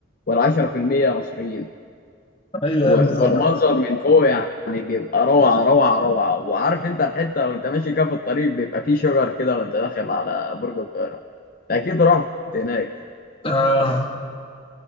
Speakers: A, on the left (about 45°); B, on the left (about 30°).
A: وال10% مصريين
B: ايوه
A: و-
B: يا ابني طبعا
A: والمنظر من فوق يعني بيبقى روعة روعة روعة وعارف انت الحتة وانت ماشي كده في الطريق بيبقى فيه شجر كده وانت داخل على برج القاهرة انت اكيد رحت هناك
B: اه